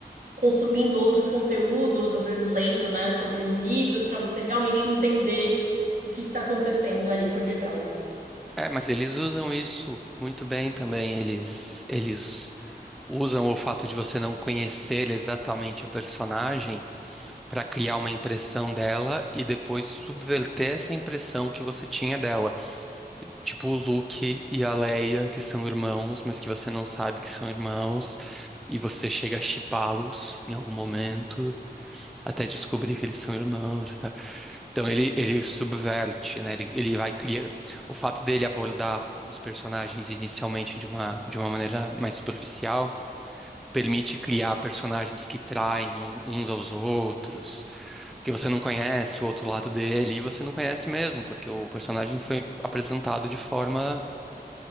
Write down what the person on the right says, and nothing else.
consumindo outros conteúdos, às vezes lendo, né, sobre os livros, para você realmente entender o que está acontecendo ali por detrás.